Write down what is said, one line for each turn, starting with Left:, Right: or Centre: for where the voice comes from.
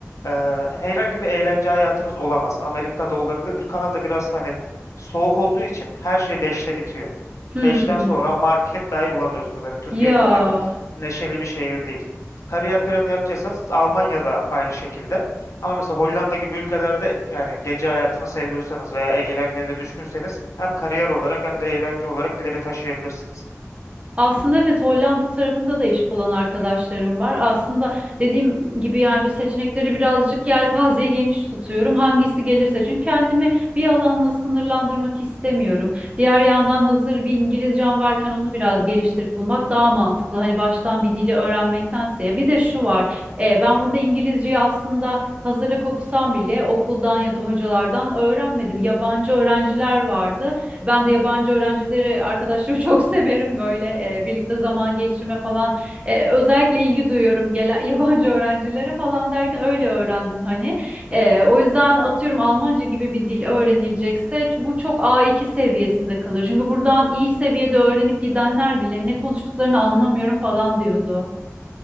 Left: Ee, herhangi bir eğlence hayatınız olamaz. Amerika'da olabilir. Kanada biraz hani soğuk olduğu için her şey beşte bitiyor.
Right: Hmm.
Left: 5'ten sonra market dahi bulamıyorsunuz. Hani Türkiye
Right: Ya.
Left: kadar neşeli bir şehir değil. Kariyer planı yapacaksanız Almanya'da aynı şekilde. Ama mesela Hollanda gibi ülkelerde yani gece hayatını seviyorsanız veya eğlencenize düşkünseniz hem kariyer olarak hem de eğlence olarak ileri taşıyabilirsiniz.
Right: Aslında evet Hollanda tarafında da iş bulan arkadaşlarım var. Aslında dediğim gibi yani bu seçenekleri birazcık yelpazeye geniş tutuyorum. Hangisi gelirse çünkü kendimi bir alanla sınırlandırmak istemiyorum. Diğer yandan hazır bir İngilizcem varken onu biraz geliştirip bulmak daha mantıklı. Hani baştan bir dili öğrenmektense. Bir de şu var. e, ben burada İngilizceyi aslında hazırlık okusam bile okuldan ya da hocalardan öğrenmedim. Yabancı öğrenciler vardı. Ben de yabancı öğrencileri, arkadaşları <laughs> çok severim böyle e, birlikte zaman geçirme falan. E, özellikle ilgi duyuyorum gelen <laughs> yabancı öğrencilere falan derken öyle öğrendim hani. E, o yüzden atıyorum Almanca gibi bir dil öğrenilecekse bu çok A2 seviyesinde kalır. Çünkü buradan iyi seviyede öğrenip gidenler bile ne konuştuklarını anlamıyorum falan diyordu.